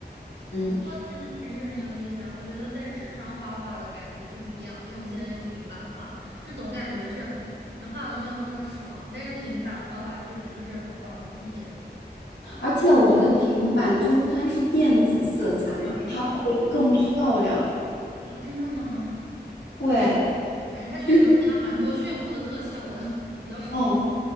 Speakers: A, on the left; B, on the right.
A: 嗯。
B: 哦，画自来的颜值很有意思啊！我觉得在纸上画画的感觉是不一样的，因为我现在用平板画，这总感觉是感觉画的没有那么爽，但是平板画画确实就是很方便。
A: 而且我觉得平板就是它是电子色彩嘛，
B: 对
A: 它会更漂亮，
B: 对。啊，真的吗？
A: 会
B: 反正它确实能加蛮多炫酷的特效的，
A: 就是
B: <laughs> 比较省事
A: 哦，